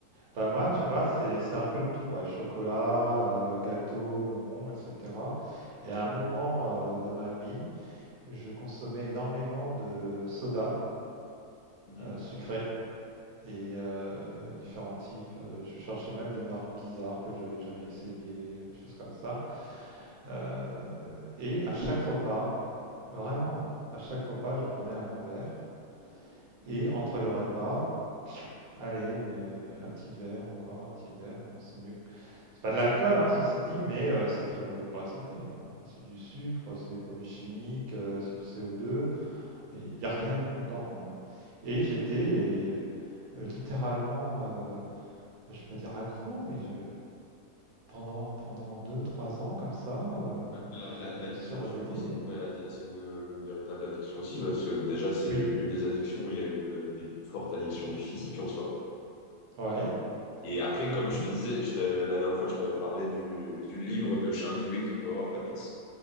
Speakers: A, on the right (about 75°); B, on the left (about 80°).
A: Bah moi, tu vois, c'est c'est un peu tout, ouais, chocolat, euh, gâteau, bonbons, etc. Et à un moment euh, de ma vie, je consommais énormément de sodas
B: Mhm.
A: euh, sucrés et euh, différents types. Euh, Je cherchais même des marques bizarres que j'avais jamais essayées, des choses comme ça. Euh, et à chaque repas, vraiment, hein, à chaque repas, je prenais un grand verre. Et entre le repas, allez, une- un petit verre encore, un petit verre. Bon, c'est mieux. que- C'est pas de l'alcool, hein, ceci dit, mais euh, c'est très mauvais pour la santé. On- C'est du sucre, c'est des produits chimiques, euh, c'est du CO2. Il n'y a rien de bon dedans. hein. Et j'étais euh, littéralement, euh, je ne vais pas dire accro, mais je, pendant, pendant deux, trois ans comme ça, euh,
B: Après,
A: puis
B: la-
A: je,
B: la- L'addiction
A: je suis réveillé.
B: au sucre, c'est une
A: et-
B: vraie addi- c'est une, une véritable addiction aussi, parce que déjà, c'est
A: Oui,
B: une des addictions où il y a une euh, des plus fortes addictions physiques en soi.
A: ouais,
B: Et après, comme
A: oui,
B: je te disais, je t'ai- la dernière fois, je t'avais parlé du, du livre de Charles Duhigg, The Power of Habits.